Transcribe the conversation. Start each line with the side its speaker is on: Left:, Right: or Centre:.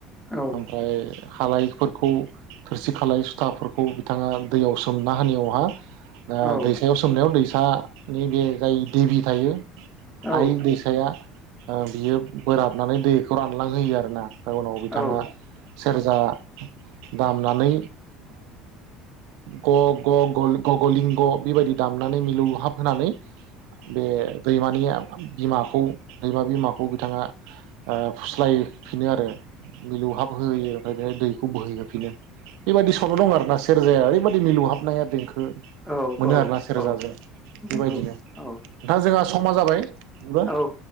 Centre: औ
Right: ओमफ्राय हालायफोरखौ खोरसि खालाय सुथाफोरखौ बिथाङा दैयाव सोमना होनायावहा
Centre: औ
Right: दैसायाव सोमनायाव दै फिानि बे जाय देबि थायो
Centre: औ
Right: आइ दैसाया बियो बोराबनानै दैखौ रानलांहोयो आरो ना ओमफ्राय उनाव बिथाङा
Centre: औ
Right: सेरजा दाम फनानै गोबां ग ग ग गगलिंग बेबायदि दामनानै मिलौ हाब होनानै बे दैमानिया बिमाखौ दैमा बिमाखौ बिथाङा ओ फुस्लायफिनो आरो मिलौहाब होयो ओमफ्राय बे दै खौ बोहैहोफिनो बेबायदि सल' दं आरो ना सेरजाया ओरैबायदि मिलुहाबनाया देंखो
Centre: औ
Right: मोनो आरोना सेरजाजों
Centre: औ
Right: बेबायदिनो
Centre: नंगौ औ
Right: दा जोंहा समा जाबाय बिदिबा
Centre: औ